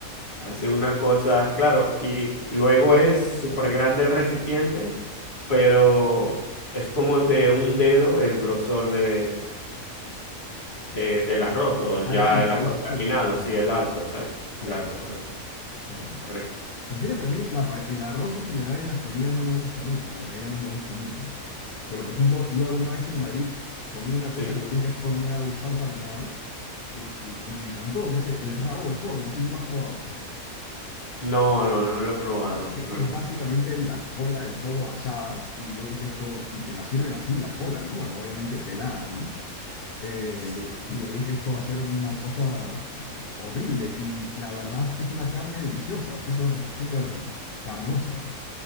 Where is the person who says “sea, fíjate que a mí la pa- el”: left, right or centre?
Left